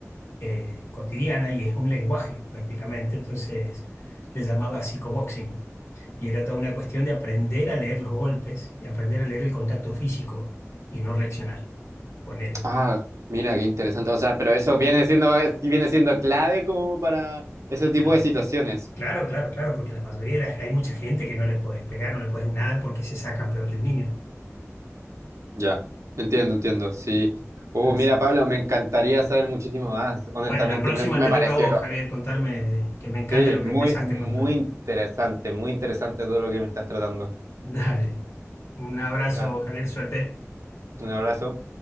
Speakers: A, on the left; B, on the right.
A: eh, cotidiana y es un lenguaje prácticamente. Entonces les llamaba psicoboxing. Y era toda una cuestión de aprender a leer los golpes y aprender a leer el contacto físico y no reaccionar. Ponele,
B: Ah, mira, qué interesante. O sea, pero eso viene siendo, es- viene siendo clave como para ese tipo
A: claro.
B: de situaciones.
A: Claro, claro, claro, porque la mayoría de la- hay mucha gente que no le podés pegar, no le podés nada porque se sacan peor que el niño.
B: Ya, entiendo, entiendo, sí. Uh,
A: Así
B: mira, Pablo,
A: que,
B: me encantaría saber muchísimo más, honestamente,
A: bueno, la próxima
B: me, me
A: te
B: pareció,
A: toca a vos, Javier, contarme, que me encanta
B: sí,
A: lo que
B: muy,
A: empezaste
B: muy
A: a contar.
B: interesante, muy interesante todo lo que me estás tratando.
A: Dale, un abrazo,
B: Ya,
A: Javier, suerte.
B: un abrazo.